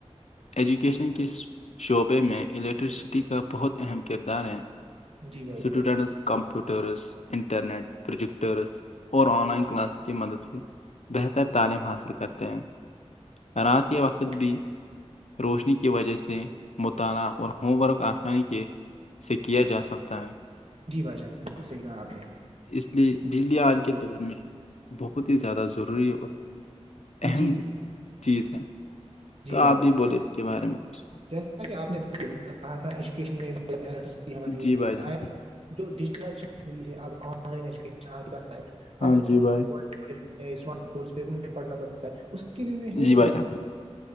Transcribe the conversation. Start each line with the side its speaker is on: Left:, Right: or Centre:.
Left: ایجوکیشن
Right: جی
Left: کس شعبے میں الیکٹرسٹی کا بہت اہم کردار ہے اسٹوڈینٹس
Right: جی بھائی جان
Left: کمپوٹرس انٹرنیٹ پروجیکٹرس اور آن لائن
Right: جی
Left: کلاس کی مدد سے بہتر تعلیم حاصل کرتے ہیں رات کے وقت
Right: بھائی جان
Left: بھی روشنی کی وجہ سے مطالعہ اور ہوم ورک آسان کے سے کیا جا سکتا ہے
Right: جی بھائی جان بالکل صحیح کہا آپ نے
Left: اس لیے بجلی آج کے دور میں بہت ہی زیادہ ضروری اور اہم
Right: جی
Left: چیز ہے تو
Right: جی بھائی
Left: آپ بھی بولے اس کے بارے میں کچھ
Right: جیسا کہ آپ نے کہا تھا ایجوکیشن میں ال ہم یوزھی
Left: جی بھائی جان
Right: جو ڈیجیٹلائیشن ہوئی ہے اب آن لائن ایجوکیشن آج ہے
Left: ہاں
Right: اب بچوں
Left: جی بھائی
Right: اسمارٹ بورس پہ ان پہ پڑھنا پڑتا ہے اس کے لیے بھی ہمیں
Left: جی بھائی
Right: کن
Left: جان